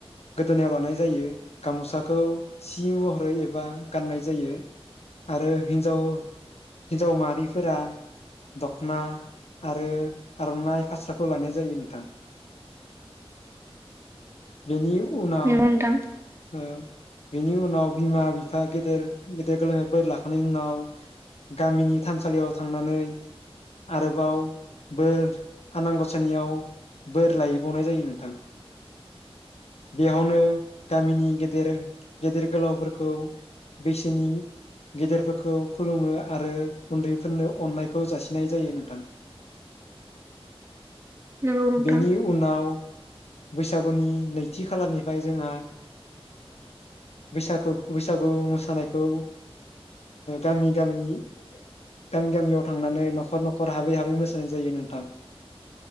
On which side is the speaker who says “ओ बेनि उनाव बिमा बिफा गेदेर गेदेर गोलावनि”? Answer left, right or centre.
Left